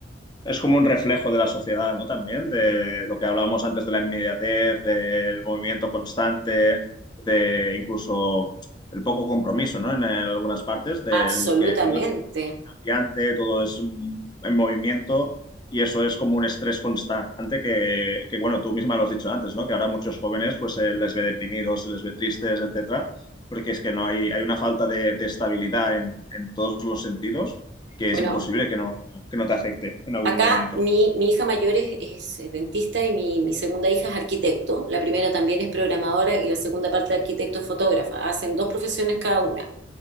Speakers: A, on the left; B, on the right.
A: Es como un reflejo de la sociedad, ¿no? También de lo que hablábamos antes de la inmediatez, del movimiento constante, de incluso el poco compromiso, ¿no? En algunas partes del
B: Absolutamente.
A: que todo brillante, todo es mm, en movimiento y eso es como un estrés constante que, que, bueno, tú misma lo has dicho antes, ¿no? Que ahora muchos jóvenes pues se les ve deprimidos, se les ve tristes, etcétera, porque es que no hay, hay una falta de, de estabilidad en, en todos los sentidos que
B: Bueno,
A: es imposible que no, que no te afecte en algún
B: acá
A: momento.
B: mi, mi hija mayor es, es, eh, dentista y mi, mi segunda hija es arquitecto. La primera también es programadora y la segunda parte de arquitecto es fotógrafa. Hacen dos profesiones cada una.